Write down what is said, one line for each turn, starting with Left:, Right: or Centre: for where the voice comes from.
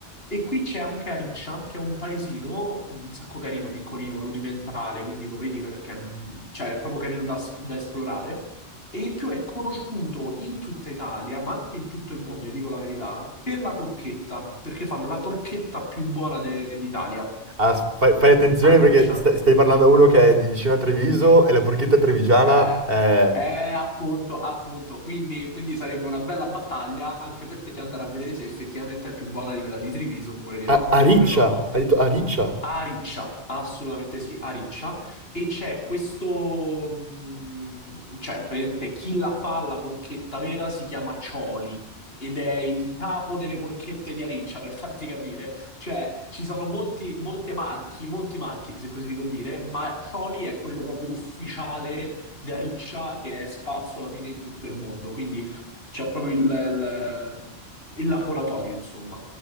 Left: E qui c'è anche Ariccia, che è un paesino un sacco carino, piccolino, rudimentale, quindi lo vedi perché mm, cioè, è proprio carino da, sp- da esplorare. E in più è conosciuto in tutta Italia, ma anche in tutto il mondo, vi dico la verità, per la porchetta, perché fanno la porchetta più buona de- d'Italia,
Right: Ah, s- fai, fai attenzione
Left: Ariccia.
Right: perché sta- stai parlando a uno che è di vicino a Treviso e la porchetta trevigiana
Left: Eh,
Right: è...
Left: eh, appunto, appunto. Quindi, quindi sarebbe una bella battaglia anche per te andare a vedere se effettivamente è più buona di quella di Treviso oppure di no,
Right: A, a
Left: oppure
Right: Riccia,
Left: no.
Right: hai detto a Riccia.
Left: A Riccia, assolutamente sì, a Riccia. E c'è questo, mh, cioè, praticamente chi la fa la porchetta vera si chiama Cioli ed è il capo delle porchette di Ariccia, per farti capire. Cioè, ci sono molti, molte marchi, molti marchi, se così si può dire, ma Cioli è quello proprio ufficiale di Ariccia che è sparso alla fine in tutto il mondo. Quindi c'è proprio il il- il laboratorio, insomma.